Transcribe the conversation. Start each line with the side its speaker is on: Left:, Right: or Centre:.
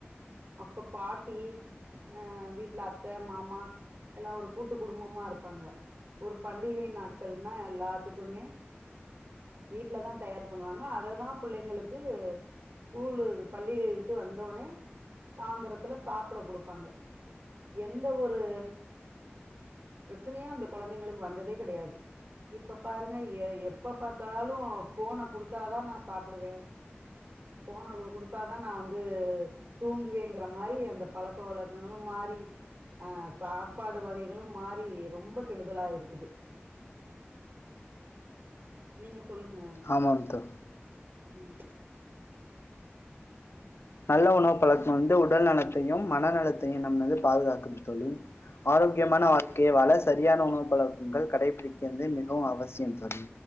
Right: அப்ப பாட்டி அ வீட்ல அத்த மாமா எல்லா ஒரு கூட்டு குடும்பமா இருப்பாங்க ஒரு பண்டிகை நாட்கள்னா எல்லாத்துக்குமே வீட்லதா தயார் பண்ணுவாங்க அததா பிள்ளைங்களுக்கு ஸ்கூலு பள்ளியை விட்டு வந்தோனே சாந்தரத்துல சாப்புட குடுப்பாங்க எந்த ஒரு பிரச்சனையு அந்த கொழந்தைங்களுக்கு வந்ததே கெடையாது இப்ப பாருங்க எ எப்ப பாத்தாலு ஃபோன குடுத்தாதா நா சாப்புடுவே ஃபோன குடுத்தாதா நா வந்து தூங்குவேங்கிற மாரி அந்த பழக்க வழக்கங்களு மாறி ஆ சாப்பாடு வகைகளு மாறி ரொம்ப கெடுதலா இருக்குது நீங்க சொல்லுங்க
Left: ஆமாம் தோ
Right: ம்
Left: நல்ல உணவு பழக்க வந்து உடல் நலத்தையும் மனநலத்தையு நம்மள வந்து பாதுகாக்கும் தோழி ஆரோக்கியமான வாழ்க்கைய வாழ சரியான உணவு பழக்கங்கள் கடைபிடிக்கிறது மிகவு அவசியம் தோழி